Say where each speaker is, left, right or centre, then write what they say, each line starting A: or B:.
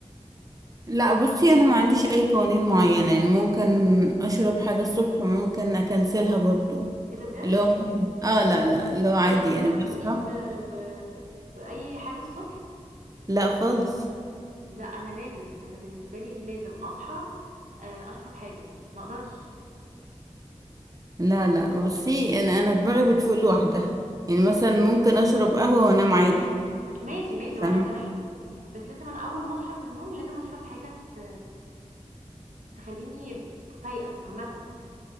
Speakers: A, on the right; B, on the right.
A: لا بصي انا ما عنديش اي قوانين معينة يعني ممكن اشرب حاجة الصبح وممكن اكنسلها برضو
B: ايه ده بجد
A: اللي هو ممكن اه لا لا اللي هو عادي
B: ايه ده يعني انت
A: يعني
B: ما
A: بصحى
B: بتفوقيش ب... ب... بأي حاجة الصبح
A: لا خالص
B: لا انا لازم انا بالنسبة لي لازم اصحى آه، اشرب حاجة ما اقدرش
A: لا لا بصي يعني انا دماغي بتفوق لوحدها يعني مثلا ممكن اشرب قهوة وانام عادي
B: ماشي ماشي وانا
A: فاهمة
B: كمان بس لازم انا اول ما اصحى من النوم لازم اشرب حاجة ت... تخليني فايقة عامة